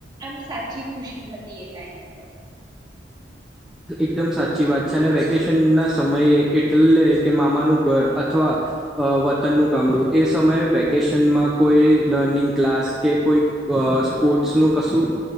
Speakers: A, on the right (about 25°); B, in the centre.
A: આમ સાચી ખુશી હતી એ ટાઈમે તો.
B: એકદમ સાચી વાત છે અને વેકેશન ના સમયે એટલે કે મામાનું ઘર અથવા અ વતનનું ગામડું એ સમયે વેકેશનમાં કોઈ લર્નિંગ ક્લાસ કે કોઈ અ સ્પોર્ટ્સ નું કશું